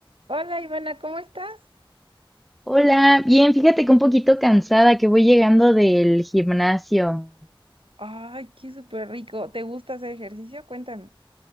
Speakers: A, on the right; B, in the centre.
A: Hola Ivana, ¿cómo estás?
B: Hola, bien, fíjate que un poquito cansada que voy llegando del gimnasio.
A: Ay, qué súper rico. ¿Te gusta hacer ejercicio? Cuéntame.